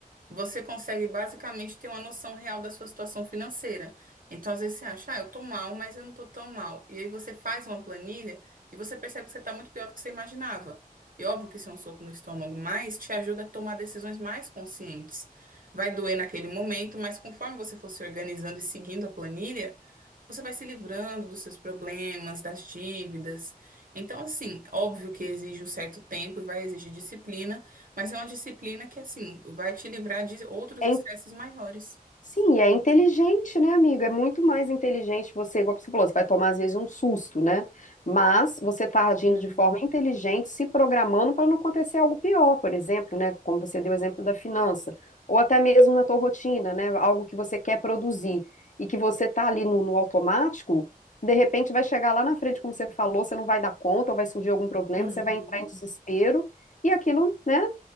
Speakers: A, on the right; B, on the left.
A: você consegue basicamente ter uma noção real da sua situação financeira. Então, às vezes você acha, ah, eu tô mal, mas eu não tô tão mal. E aí você faz uma planilha e você percebe que você tá muito pior do que você imaginava. E óbvio que isso é um soco no estômago, mas te ajuda a tomar decisões mais conscientes. Vai doer naquele momento, mas conforme você for se organizando e seguindo a planilha, você vai se livrando dos seus problemas, das dívidas. Então, assim, óbvio que exige um certo tempo e vai exigir disciplina. Mas é uma disciplina que, assim, vai te livrar de outros
B: É
A: estresses maiores.
B: Sim, e é inteligente, né, amigo? É muito mais inteligente você, igual você falou, você vai tomar às vezes um susto, né? Mas você está agindo
A: Uhum,
B: de forma inteligente, se programando para não acontecer algo pior, por exemplo, né? Como você deu o exemplo da finança, ou até mesmo na tua rotina, né? Algo que você quer produzir e que você está ali no, no automático, de repente vai chegar lá na frente, como você falou, você não vai dar conta, ou vai surgir algum problema,
A: uhum.
B: você vai entrar em desespero e aquilo, né?